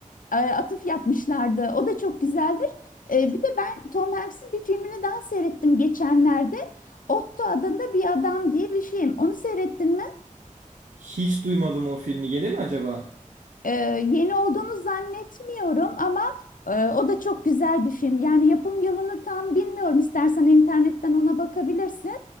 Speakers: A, on the left; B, on the right.
A: e, atıf yapmışlardı. O da çok güzeldir. E, bir de ben Tom Hanks'in bir filmini daha seyrettim geçenlerde. Otto adında bir adam diye bir film. Onu seyrettin mi?
B: Hiç duymadım o filmi. Yeni mi acaba?
A: Ee, yeni olduğunu zannetmiyorum ama e, o da çok güzel bir film. Yani yapım yılını tam bilmiyorum. İstersen internetten ona bakabilirsin.